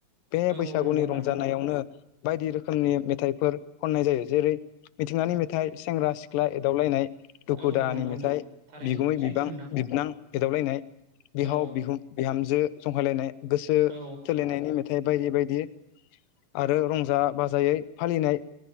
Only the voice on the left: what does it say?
बे
बैसागुनि
रंजानायावनो
बायदि रोखोमनि मेथाइफोर खननाय जायो जेरै मिथिंगानि मेथाइ सेंग्रा सिख्ला एदावलायनाय दुखु
दाहानि
मेथाइ
बिगुमै
बिबां
बिबोनां एदावलायनाय बिहाव
बिखुन बिहामजो जंखायलायनाय गोसो
थोलायनायनि मेथाइ बायदि बायदि आरो रंजा बाजायै फालिनाय